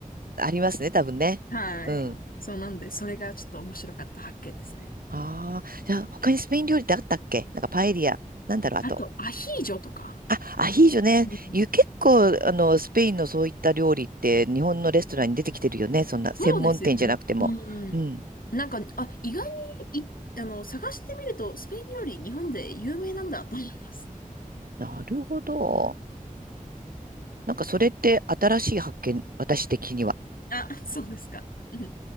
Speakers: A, on the right; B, on the left.
A: ありますね、多分ね。
B: はい。
A: うん。
B: そうなんで、それがちょっと面白かった発見ですね。
A: ああ、じゃあ他にスペイン料理ってあったっけなんかパエリア。なんだろう、
B: あと、
A: あと。
B: アヒージョとか。
A: あ、アヒージョね。
B: うん、
A: ゆ結構、あの、スペインのそういった料理って日本のレストランに出てきてるよね。そんな専門店じゃなくても。
B: そうですよね。うん。
A: うん。
B: なんか、あ、意外に、い、あの、探してみると、スペイン料理、日本で有名なんだと思います。
A: なるほど。なんかそれって新しい発見、私的には。
B: あ、<laughs> そうですか。うん